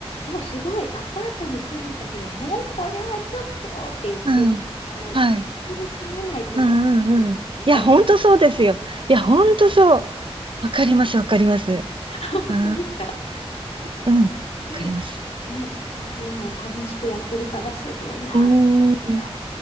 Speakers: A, on the left; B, on the right.
A: そうすごいアパートに住んでたけど、もうこれはちょっとって言って、
B: うん。
A: あの、一戸建てに住まないともう、
B: はい。うんうんうん。いや、
A: とか言う。
B: 本当そうですよ。いや、本当そう。わかります、わかります。
A: <laughs> 本当ですか
B: ああ、うん。わかります。
A: でね、それでもう楽しくやってるからすごいなと思って、
B: うーん。
A: あ